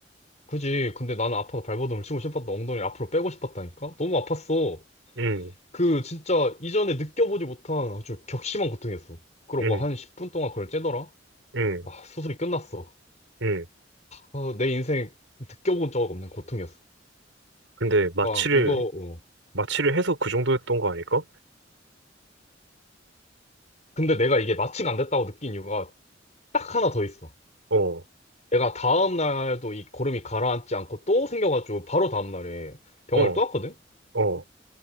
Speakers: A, on the left; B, on the right.
A: 그지. 근데 나는 아파서 발버둥을 치고 싶었다. 엉덩이를 앞으로 빼고 싶었다니까? 너무 아팠어.
B: 응,
A: 그 진짜 이전에 느껴보지 못한 아주 격심한 고통이었어. 그러고
B: 응,
A: 한 10분 동안 그걸 째더라?
B: 응,
A: 아, 수술이 끝났어.
B: 응.
A: 아, 내 인생 느껴본 적 없는 고통이었어.
B: 근데 마취를
A: 그러니까 이거, 어.
B: 마취를 해서 그 정도였던 거 아닐까?
A: 근데 내가 이게 마취가 안 됐다고 느낀 이유가 딱 하나 더 있어.
B: 어,
A: 내가 다음 날도 이 고름이 가라앉지 않고 또 생겨가지고 바로 다음 날에 병원을
B: 어,
A: 또 왔거든?
B: 어,